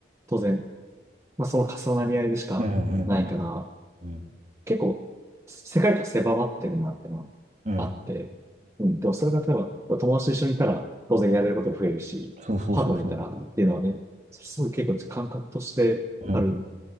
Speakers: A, on the right (about 15°); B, on the right (about 40°).
A: 当然、まあ、その重なり合いでしかないから、
B: うん、うん、うん、うん、
A: 結構、世界が狭まってるなってのはあって、
B: うん、
A: うん、でもそれが例えば、友達と一緒にいたら、当然やれること増えるし、
B: そうそうそうそう。
A: パートナーいたらっていうのはね、すごい結構感覚としてある
B: うん。